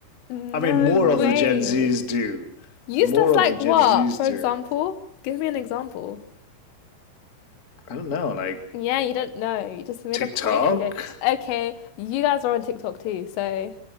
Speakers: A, on the left; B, on the left.
A: No
B: I mean, more of
A: way.
B: the Gen Zs do.
A: Useless
B: More of
A: like
B: the Gen
A: what?
B: Zs
A: For
B: do.
A: example? Give me an example.
B: I don't know, like
A: Yeah, you don't know. You just made
B: TikTok?
A: a point and you don't. Okay, you guys are on TikTok too, so